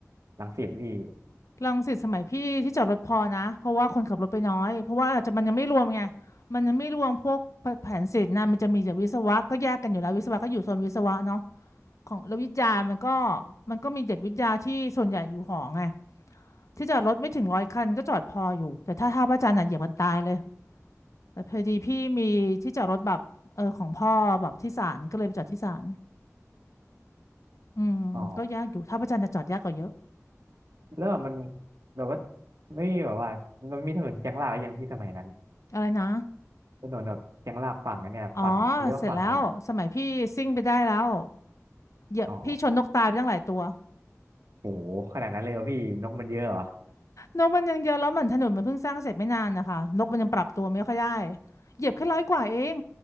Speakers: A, on the right (about 75°); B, on the left (about 70°).
A: รังสิตพี่
B: รังสิตสมัยพี่ที่จอดรถพอนะเพราะว่าคนขับรถไปน้อยเพราะว่าอาจจะมันยังไม่รวมไงมันยังไม่รวมพวกแผนศิลป์นะมันจะมีแตกวิศวะก็แยกกันอยู่แล้ววิศวะก็อยู่โซนวิศวะเนาะของแล้ววิทยามันก็มันก็มีเด็กวิทยาที่ส่วนใหญ่อยู่หอไง ที่จอดรถไม่ถึงร้อยคันก็จอดพออยู่แต่ถ้าท่าพระจันทร์อ่ะเหยียบกันตายเลยแต่พอดีพี่มีที่จอดรถแบบเออของพ่อแบบที่ศาลก็เลยไปจอดที่ศาลอืมก็ยากอยู่ท่าพระจันทร์จะจอดยากกว่าเยอะ
A: อ๋อแล้วแบบมันแบบว่าไม่มีแบบว่ามันมีถนนเชียงรากหรือยังพี่สมัยนั้น
B: อะไรนะ
A: ถนนแบบเชียงรากฝั่งอันเนี่ยฝั่งเขาเรียกว่าฝั่งอะไรอะ
B: อ๋อเสร็จแล้วสมัยพี่ซิ่งไปได้แล้วเหยียบพี่ชนนกตายไปตั้งหลายตัว
A: อ๋อโหขนาดนั้นเลยวะพี่นกมันเยอะเหรอ
B: นกมันยังเยอะแล้วเหมือนถนนมันเพิ่งสร้างเสร็จไม่นานนะคะนกมันยังปรับตัวไม่ค่อยได้เหยียบแค่ร้อยกว่าเอง